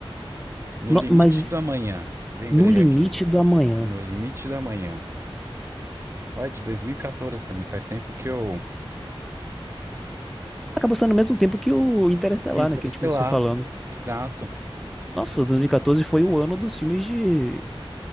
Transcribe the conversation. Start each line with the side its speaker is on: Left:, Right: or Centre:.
Right: No
Centre: No-
Right: Limite
Centre: mas
Right: do Amanhã. Lembrei
Centre: No Limite
Right: aqui.
Centre: do Amanhã.
Right: No Limite do Amanhã. Olha, de 2014 também. Faz tempo que eu.
Centre: Acabou sendo ao mesmo tempo que o Interestelar,
Right: Que o Interestelar.
Centre: né? Que a gente começou falando.
Right: Exato.
Centre: Nossa, 2014 foi o ano dos filmes de,